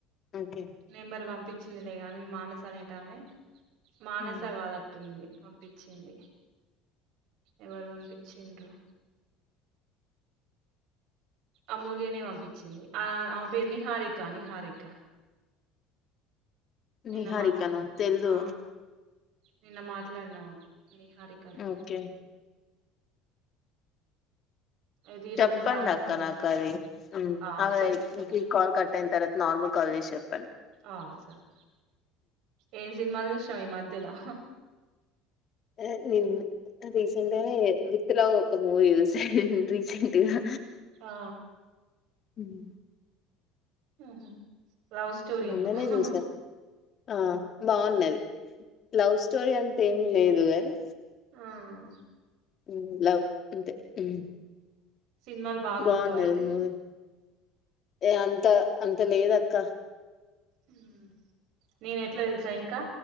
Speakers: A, on the left; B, on the right.
A: ఓకే
B: నెంబర్ పంపి వచ్చిందిలే కానీ మానస అనేటమే మానస
A: ఉమ్
B: కాదట్టుంది పంపిచ్చింది ఎవరు పంపించిండ్రు అమూల్యనే పంపిచ్చింది ఆ ఆమె పేరు నిహారిక నిహారిక నిన్న
A: నిహారికన
B: మాట్లాడినా
A: తెల్దు
B: ఆ నిన్న మాట్లాడినాము నిహారికనే
A: ఓకే
B: ఇది ఈ
A: చెప్పండక్క
B: రోజు సాయంత్రం చెప్
A: నాకు అది మ్మ్
B: ఆ
A: ఆమెది
B: చెప్తాలే
A: నీకి కాల్ కట్ అయిన తరువత్ నార్మల్ కాల్ చేసి చెప్
B: ఆ సరే ఏం సినిమాలు చూసినవ ఈ మధ్యలా
A: ఆ నేను <unintelligible> రీసెంట్ గానే విత్ లవ్ ఒక మూవీ చూసా రీసెంట్ గా
B: ఆ
A: ఉహు
B: ఉహూ లవ్ స్టోరీనా
A: మొన్ననే
B: ఆహ్ హా
A: చూసా
B: హా
A: ఆ బావున్నది. లవ్ స్టోరీ అంతెం లేదుగాని
B: ఆహ్
A: మ్మ్ లవ్ అంతే ఉమ్
B: సినిమాలు బాగా చూతావ
A: బాగున్నది
B: అయితే
A: మూవీ ఏ అంత అంత లేదక్క
B: ఉమ్ నేన ఎట్లా తెలుసా ఇంకా.